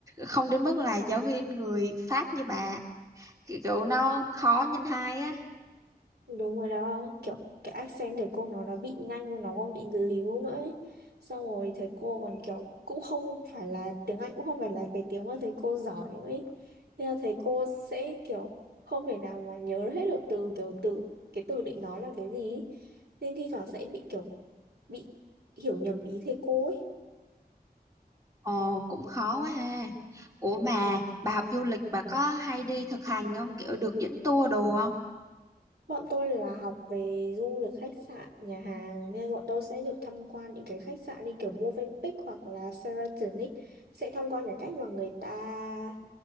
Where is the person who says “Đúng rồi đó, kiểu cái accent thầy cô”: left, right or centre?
Right